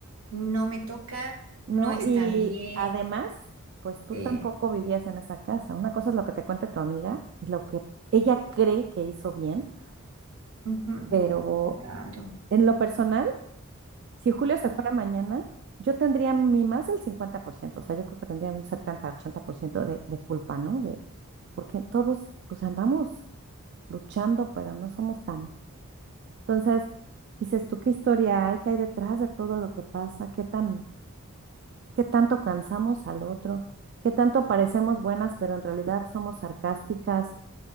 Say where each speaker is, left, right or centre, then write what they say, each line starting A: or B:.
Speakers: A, on the right; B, on the right.
A: no me toca,
B: no,
A: no está
B: y
A: bien.
B: además, pues tú
A: eh,
B: tampoco vivías en esa casa. Una cosa es lo que te cuente tu amiga y lo que ella cree que hizo bien,
A: ujú,
B: pero
A: Claro.
B: en lo personal, si Julio se fuera mañana, yo tendría mi más del cincuenta por ciento o sea, yo creo que tendría un setenta ochenta por ciento de, de culpa, ¿no? De, porque todos pues andamos luchando, pero no somos tan Entonces, dices tú, ¿qué historia hay? ¿Qué hay detrás de todo lo que pasa? ¿Qué tan, qué tanto cansamos al otro? ¿Qué tanto parecemos buenas, pero en realidad somos sarcásticas,